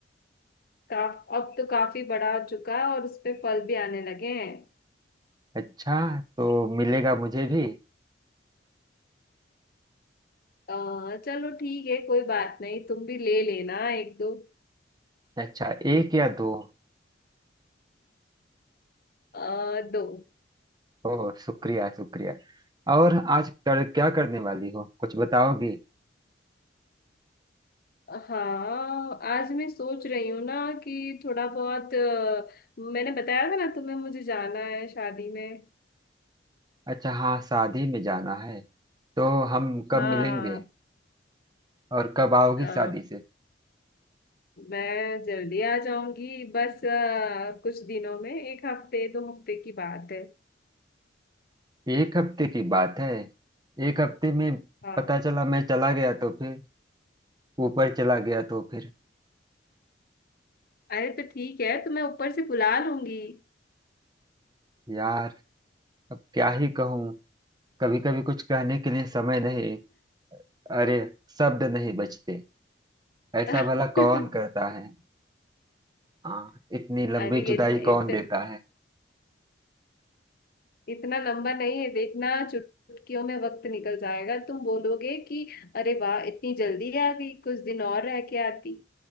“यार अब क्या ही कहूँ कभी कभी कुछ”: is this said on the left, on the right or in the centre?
Right